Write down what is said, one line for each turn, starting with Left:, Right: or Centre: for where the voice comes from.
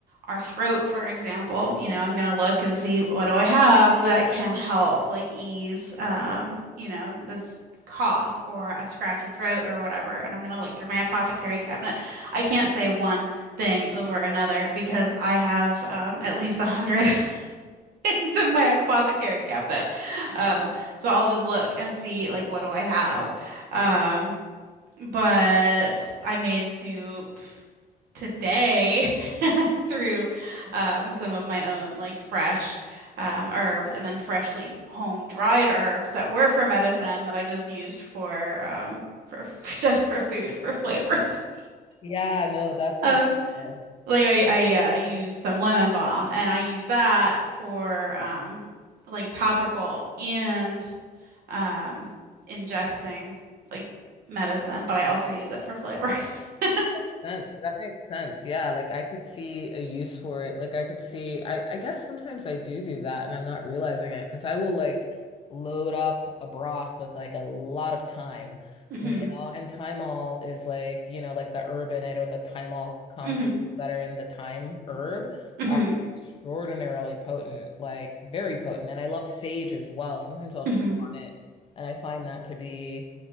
Right: our throat, for example, you know, I'm gonna look and see what do I have that can help, like ease, um, you know, this cough or a scratchy throat or whatever. And I'm gonna look through my apothecary cabinet. I can't say one thing over another because I have um, at least a hundred things in my apothecary cabinet. Um, so I'll just look and see like what do I have. Um, but I made soup today <laughs> and I threw um, some of my own like fresh um, herbs and then freshly home dried herbs that were for medicine that I just used for um, for <laughs> just for food for flavor. <laughs>
Left: Yeah, no, that's
Right: Um,
Left: incredible.
Right: Like I I uh, use some lemon balm and I use that for um like topical and um ingesting like medicine, but I also use it for flavor. <laughs>
Left: sense. That makes sense. Yeah, like I could see a use for it. Like I could see I I guess sometimes I do do that and I'm not realizing it because I will like load up a broth with like a lot of thyme,
Right: hmm
Left: you know, and thymol is like, you know, like the herb in it or the thymol compounds
Right: hmm
Left: that are in the thyme herb
Right: hmm
Left: are extraordinarily potent, like very potent. And I love sage as well. Sometimes I'll chew
Right: hmm
Left: on it and I find that to be